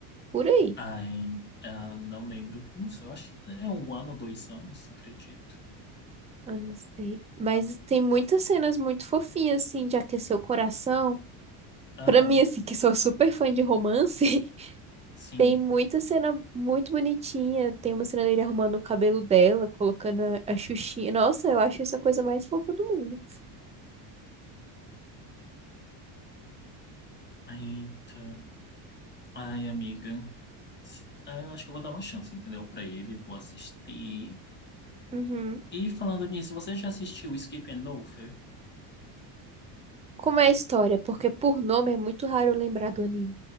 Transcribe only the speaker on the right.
Por aí.
Eu não sei. Mas tem muitas cenas muito fofinhas, assim, de aquecer o coração.
Pra mim, assim, que sou super fã de romance, <laughs>
tem muita cena muito bonitinha. Tem uma cena dele arrumando o cabelo dela, colocando a, a xuxinha. Nossa, eu acho isso a coisa mais fofa do mundo.
Uhum.
Como é a história? Porque por nome é muito raro eu lembrar do anime.